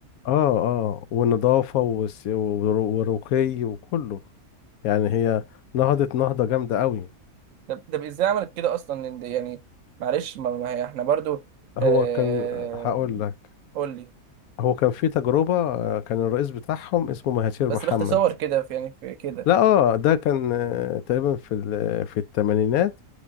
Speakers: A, on the left (about 75°); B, on the right (about 70°).
A: اه اه والنظافة والس- والرو- والرقي وكله يعني هي نهضت نهضة جامدة قوي
B: ده ده ازاي عملت كده اصلا لأن ده يعني معلش ما ما هي احنا برضو
A: هو
B: آه...
A: كان هقول لك
B: قول لي
A: هو كان في تجربة آه، كان الرئيس بتاعهم اسمه مهاتير
B: بس
A: محمد
B: باختصار كده في يعني في كده
A: لا اه ده كان آه، تقريبا في ال- في الثمانينات